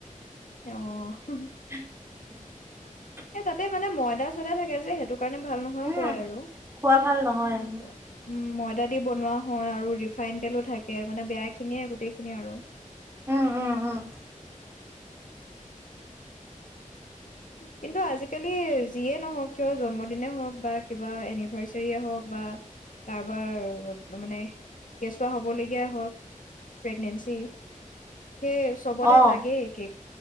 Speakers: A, on the left; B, on the right.
A: অহ।
B: <inaudible>
A: এ তাতে মানে মইদাস তে থাকে যে সেইটো কাৰণে ভাল নহয়
B: উম,
A: কয় আৰু
B: খোৱা ভাল নহয়
A: উ
B: উম,
A: মই আদা দি বনোৱা হয় আৰু ৰিফাইন তেলো থাকে মানে বেয়া খিনিয়ে গোটেইখিনি আৰু
B: উম উম উম
A: কিন্তু আজিকালি যিয়ে নহওক কিয় জন্মদিনেই হওক বা কিবা এনিভাৰ্চাৰীয়ে হওক বা কাৰোবাৰ মানে কেঁচুৱা হ'বলগীয়া হওক প্ৰেগনেঞ্চি সেই চবতে
B: অ',
A: লাগেই কেক